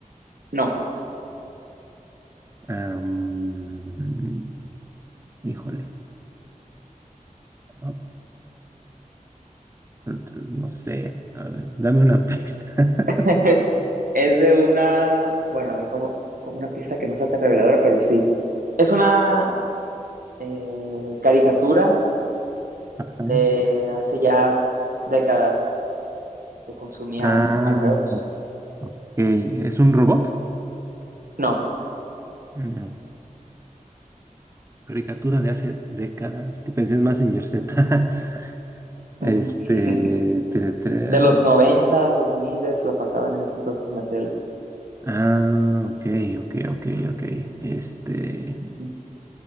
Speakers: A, on the right (about 85°); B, on the right (about 20°).
A: No.
B: Am, híjole. ah, tru- tru- No sé. A ver, dame una pista. <laughs>
A: <laughs> Es de una, bueno, a ver, como una pista que no sea tan reveladora, pero sí. Es una eh, caricatura
B: Ajá.
A: de hace ya décadas que consumían
B: Ah,
A: al menos,
B: ok. ¿Es un robot?
A: no,
B: No. Caricatura de hace décadas, que pensé en Mazinger Z. <laughs>
A: mm,
B: Este.
A: <laughs>
B: tra- tra-
A: de los noventa dos 2000 lo pasaban en ese entonces en la tele.
B: Ah, ok, ok, ok, ok. Este.
A: Ujú,